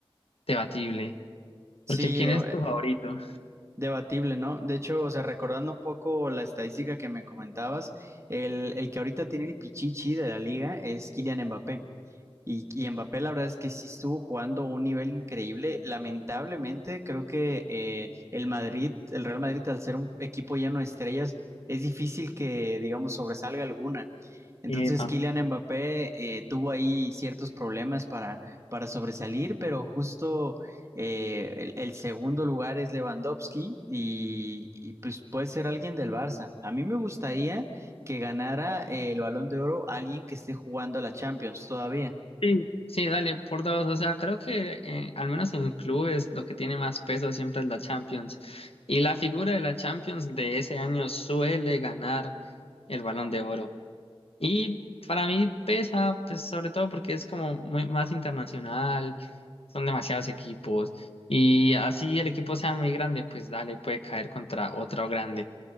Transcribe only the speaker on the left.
debatible.
Porque ¿quién
es tu
favorito?
Epa.
Sí, sí, dale, por dos. O sea, creo que eh, al menos en clubes lo que tiene más peso siempre es la Champions. Y la figura de la Champions de ese año suele ganar el Balón de Oro. Y para mí pesa, pues sobre todo porque es como muy, más internacional, son demasiados equipos. Y así el equipo sea muy grande, pues dale, puede caer contra otro grande.